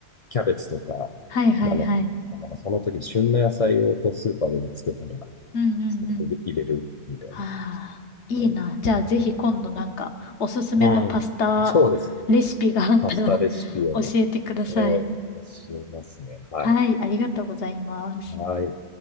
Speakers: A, on the left; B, on the left.
A: キャベツとか、
B: はいはいはい。
A: なの、なんかその時、旬の野菜をこうスーパーで見つけたら、
B: うんうんうん。
A: それを入れるみたいな感じで。
B: ああ、いいな。
A: うん。
B: じゃあぜひ今度なんかおすすめのパスタレシピがあったら
A: うんそうですね。パスタレシピを、
B: <laughs> 教えてください。
A: えー、教えますね。はい。
B: はい、ありがとうございます。
A: はい。